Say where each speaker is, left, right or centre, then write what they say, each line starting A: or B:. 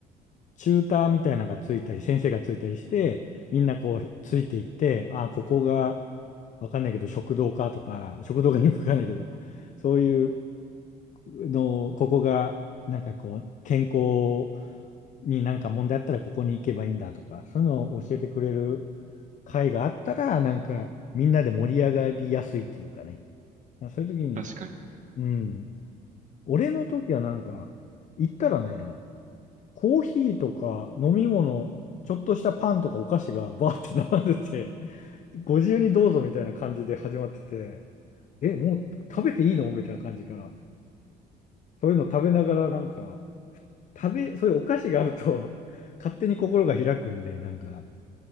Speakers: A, on the left; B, on the right.
A: チューターみたいなのがついたり、先生がついたりして、みんなこう、ついていって、ああ、ここが、わかんないけど、食堂かとか、食堂がよくわかんないけど、そういうの、ここが、なんかこう、健康になんか問題あったら、ここに行けばいいんだとか、そういうのを教えてくれる会があったら、なんか、みんなで盛り上がりやすいっていうかね。まあ、そういう時に、
B: 確かに。
A: うん、俺の時はなんか、行ったらね、コーヒーとか飲み物、ちょっとしたパンとかお菓子がバーって並んでて、ご自由にどうぞみたいな感じで始まってて、え、もう食べていいのみたいな感じから。そういうの食べながらなんか、食べ、そういうお菓子があると <laughs> 勝手に心が開くんで、なんか、